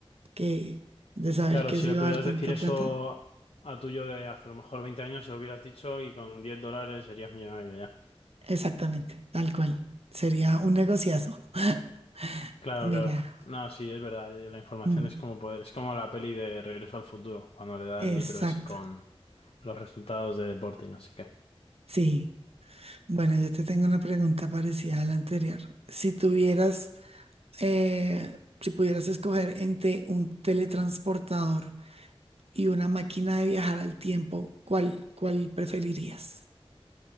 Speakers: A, on the right (about 70°); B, on the left (about 70°).
A: que de saber
B: Claro,
A: que
B: si
A: se
B: le
A: iba
B: pudieras
A: a dar tanta
B: decir eso
A: plata,
B: a tuyo de hace a lo mejor 20 años, se lo hubieras dicho y con 10 dólares serías millonario ya.
A: exactamente, tal cual. Sería un negociazo. <laughs>
B: Claro,
A: Mira,
B: claro. No, sí, es verdad. eh, La información
A: mm,
B: es como poder. Es como la peli de Regreso al Futuro, cuando le da
A: exacto,
B: el libro ese con los resultados de deporte y no sé qué.
A: sí. Bueno, yo te tengo una pregunta parecida a la anterior. Si tuvieras eh, si pudieras escoger entre un teletransportador y una máquina de viajar al tiempo, ¿cuál, cuál preferirías?